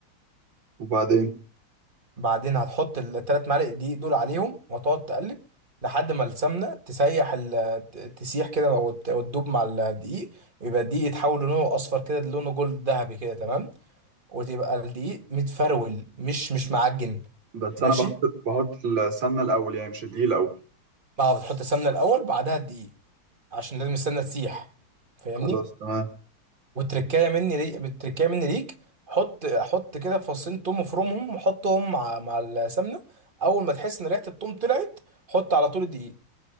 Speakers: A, on the right (about 65°); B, on the right (about 25°).
A: وبعدين
B: بعدين هتحط الثلاث معالق دقيق دول عليهم وتقعد تقلب لحد ما السمنه تسيح ال... ت- تسيح كده وت- وتدوب مع الدقيق ويبقى الدقيق يتحول لونه اصفر كده لونه جولد ذهبي كده تمام وتبقى الدقيق متفرول مش مش معجن
A: بس
B: ماشي
A: انا بحط بحط السمنه الاول يعني مش الدقيق الاول
B: بعد بتحط السمنه الاول بعدها الدقيق عشان لازم السمنه تسيح فاهمني
A: خلاص تمام
B: والتركايه مني ليك التركايه مني ليك حط حط كده فصين توم وفرمهم وحطهم مع مع السمنه اول ما تحس ان ريحه التوم طلعت حط على طول الدقيق